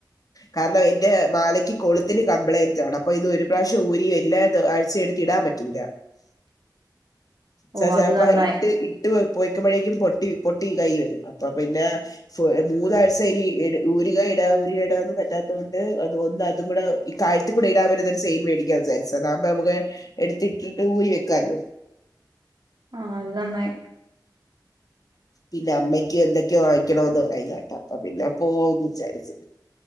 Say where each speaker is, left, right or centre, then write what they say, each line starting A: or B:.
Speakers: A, on the left (about 55°); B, on the right (about 70°).
A: കാരണം എന്റെ മാലയ്ക്ക് കൊളുത്തിന് കംപ്ലയിന്റ് ആണ് അപ്പൊ ഇത് ഒരു പ്രാവശ്യം ഊരിയില്ലാ ത് അഴിച്ചെടുത്ത് ഇടാൻ പറ്റൂല ച്ചാ
B: ഓ
A: ചെലപ്പൊ
B: അത് നന്നായി
A: ഇട്ട് ഇ ട്ട് പോയ്ക്കുമ്പോഴേക്കും പൊട്ടി പൊട്ടി കൈയി വരും അപ്പൊ പിന്നെ മൂന്നാഴ്ച ഇനി ഊരുക ഇടുക ഊരുക ഇടുക ഒന്നും പറ്റാത്തോണ്ട് അത് അത് ഒന്ന് അതും കൂടെ ഈ കഴുത്തിൽ കൂടി ഇടാൻ പറ്റുന്നൊരു ചെയിൻ മേടിക്കാന്നു വിചാരിച്ചു അതാകുമ്പോ നമുക്ക് എടുത്തിട്ടിട്ട് ഊരി വെക്കാലോ
B: ആ അത് നന്നായി
A: പിന്നെ അമ്മയ്ക്കും എന്തൊക്കെയോ വാങ്ങിക്കണോന്ന് പറയുന്നത് കേട്ട് അപ്പൊ പിന്നെ പോവാന്ന് വിചാരിച്ചു.